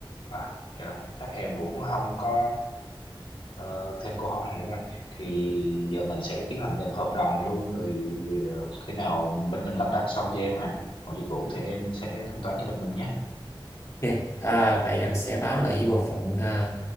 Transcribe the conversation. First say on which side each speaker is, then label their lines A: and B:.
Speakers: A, on the left; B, on the left.
A: à dạ rồi chắc em cũng không có ờ, thêm câu hỏi này nữa anh thì giờ mình sẽ tiến hành làm hợp đồng luôn rồi ờ, khi nào bên mình lắp đặt xong cho em hoàn mọi dịch vụ thì em sẽ thanh toán cho bên mình nhé
B: Ok, à, vậy anh sẽ báo lại với bộ phận ờ,